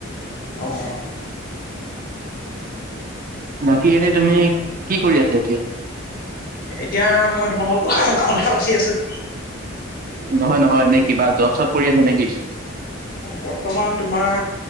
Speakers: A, on the left (about 45°); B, on the right (about 45°).
A: অঁ।
B: বাকী এনে তুমি কি কৰি আছা এতিয়া?
A: এতিয়া মই তোমাল লগৰ ঘৰ বাচি আছো
B: নহয় নহয় এনে কিবা জব চব কৰি আছে নে কি
A: বৰ্তমান তোমাৰ